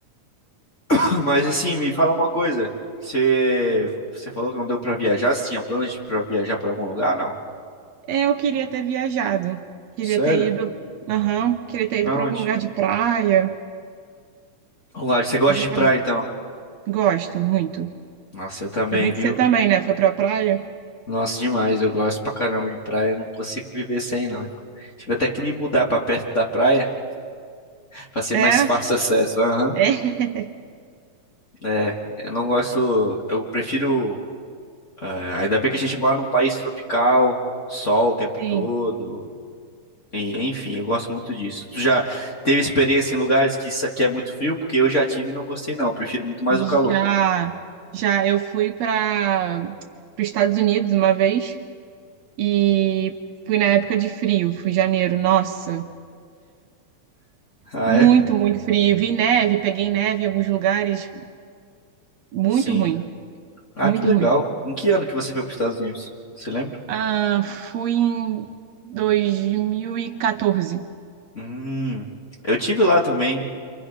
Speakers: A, on the left (about 30°); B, on the right (about 70°).
A: <laughs> <clears throat> Mas assim, me fala uma coisa. Você, você falou que não deu pra viajar. Você tinha planos de pra viajar pra algum lugar, não?
B: É, Eu queria ter viajado. Queria
A: Sério?
B: ter ido. Aham. Queria ter
A: Pra
B: ido pra
A: onde?
B: algum lugar de praia.
A: Lugar, você gosta
B: Mas acabou.
A: de praia, então?
B: Gosto muito.
A: Nossa, eu também,
B: Eu vi
A: viu?
B: que você também, né? Foi pra praia.
A: Nossa, demais. Eu gosto pra caramba de praia. Eu não consigo viver sem, não. Tive até que me mudar pra perto da praia pra ser
B: É?
A: mais fácil acesso. Aham.
B: É. <laughs>
A: É, eu não gosto. Eu prefiro. eh, ainda bem que a gente mora num país tropical, sol o tempo
B: Sim.
A: todo. e, enfim, eu gosto muito disso. Tu já teve experiência em lugares que isso aqui é muito frio? Porque eu já tive e não gostei, não. Eu prefiro muito mais
B: Já,
A: o calor.
B: já eu fui para os Estados Unidos uma vez e fui na época de frio, fui em janeiro. Nossa,
A: Ah,
B: Muito,
A: é?
B: muito frio. Vi neve, peguei neve em alguns lugares. Muito
A: Sim.
B: ruim,
A: Ah,
B: muito
A: que legal.
B: ruim.
A: Em que ano que você foi para os Estados Unidos? Você lembra?
B: Ah, fui em 2014.
A: Hum, eu tive lá também,